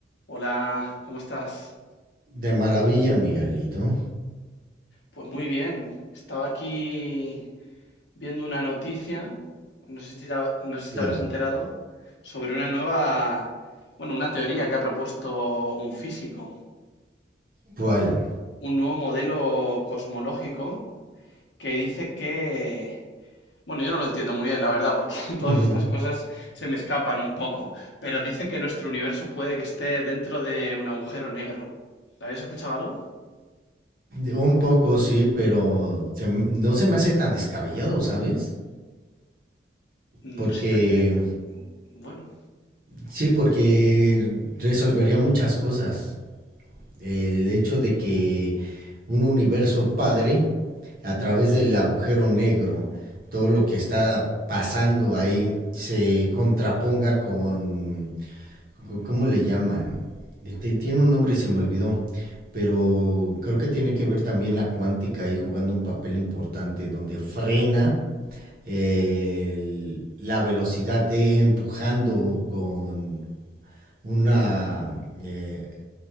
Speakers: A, on the left; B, on the right.
A: Hola, ¿cómo estás?
B: De maravilla, Miguelito.
A: Pues muy bien. Estaba aquí viendo una noticia, no sé si te, ha- no sé si
B: Claro.
A: te habrás enterado, sobre una nueva, bueno, una teoría que ha propuesto un físico,
B: ¿Cuál?
A: un nuevo modelo cosmológico que dice que, bueno, yo no lo entiendo muy bien, la verdad, porque <laughs> todas
B: Ujú.
A: estas cosas se me escapan un poco, pero dice que nuestro universo puede que esté dentro de un agujero negro. ¿Habías escuchado algo?
B: Un poco sí, pero se m- no se me hace tan descabellado, ¿sabes?
A: No
B: Porque
A: sé si te hace... Bueno.
B: sí, porque resolvería muchas cosas. El hecho de que un universo padre, a través del agujero negro, todo lo que está pasando ahí se contraponga con ¿Cómo le llaman? Eh, ti- Tiene un nombre y se me olvidó, pero creo que tiene que ver también la cuántica ahí jugando un papel importante donde frena eh, el- la velocidad de empujando con una eh,